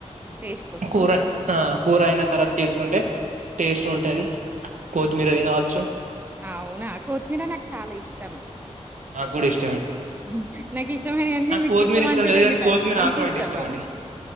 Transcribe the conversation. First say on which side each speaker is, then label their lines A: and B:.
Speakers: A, on the right; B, on the right.
A: టేస్ట్ కోసమా?
B: కూర ఆ కూర అయిన, తర్వాతకి వేసుకుంటే టేస్ట్ ఉంటది కొత్తిమీర తినవచ్చు
A: అవునా కొత్మీరా నాకు చాలా ఇష్టం
B: నాకు కూడా ఇష్
A: మ్ హ్ నాకు ఇష్టమైన అన్ని మీకు
B: కొత్తిమీర
A: ఇష్టం అంటారు
B: లేదు
A: ఎందుకండి
B: కానీ కొత్తిమీర
A: అంత
B: ఆకులు
A: ఇష్టమా
B: అంటే ఇష్టం అండి